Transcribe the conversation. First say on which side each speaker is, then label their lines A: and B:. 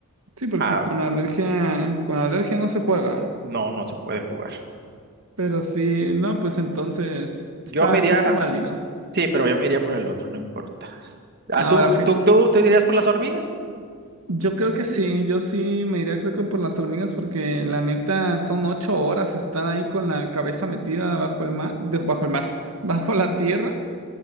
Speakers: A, on the right; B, on the right.
A: Sí, porque
B: Ah,
A: con la alergia, con la alergia no se juega.
B: no, no se puede jugar.
A: Pero sí, no, pues entonces está,
B: Yo me iría,
A: está
B: Ah.
A: válido.
B: sí, pero yo me iría por el otro, no importa. Ah,
A: Ahora,
B: ¿tú,
A: fí-
B: tú, tú te dirías por las hormigas?
A: yo creo que sí, yo sí me iría creo que por las hormigas porque la neta son ocho horas estar ahí con la cabeza metida bajo el mar, de- bajo el mar, <laughs> bajo la tierra.